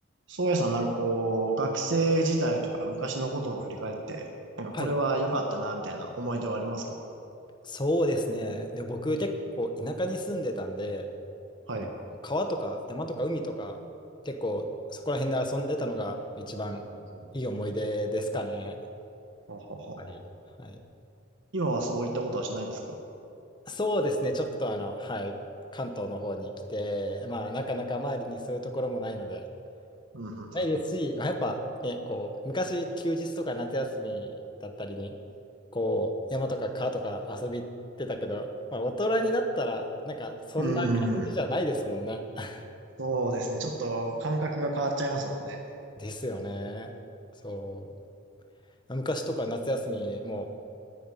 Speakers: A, on the right; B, on the left.
A: 宗谷さんなんかこう、学生時代とか昔のことを振り返って、なんかこれは良かったな、
B: はい、
A: みたいな思い出はありますか
B: そうですね。で、僕結構田舎に住んでたんで、
A: はい。
B: あの、川とか山とか海とか、結構そこら辺で遊んでたのが一番いい思い出ですかね。
A: うんうんうん
B: やっ
A: ははは。
B: ぱり。はい。
A: 今はそういったことはしないんですか
B: そうですね。ちょっとあの、はい、関東の方に来て、まあなかなか周りにそういうところもないので、
A: うん、うん、
B: ないですし、やっぱね、こう、昔休日とか夏休みだったりに、こう、山とか川とか遊び行ってたけど、まあ大人になったら、なんかそんな感じじゃないですもんね。
A: うんうん。うん。
B: <laughs>
A: そうですね。ちょっと感覚が変わっちゃいますもんね。
B: ですよね。そう。昔とか夏休みも、